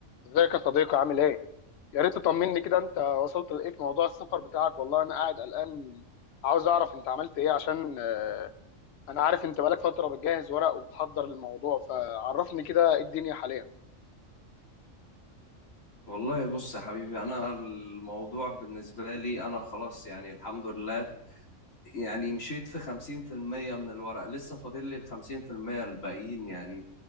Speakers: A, on the left; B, on the left.
A: ازيك يا صديقي عامل ايه؟ يا ريت تطمني كده انت وصلت لايه في موضوع السفر بتاعك والله انا قاعد قلقان عاوز اعرف انت عملت ايه عشان آه، انا عارف انت بقالك فترة بتجهز ورق وبتحضر للموضوع فعرفني كده ايه الدنيا حاليا
B: والله بص يا حبيبي انا الموضوع بالنسبه لي انا خلاص يعني الحمد لله يعني مشيت في 50% من الورق لسه فاضل لي ال 50% الباقيين يعني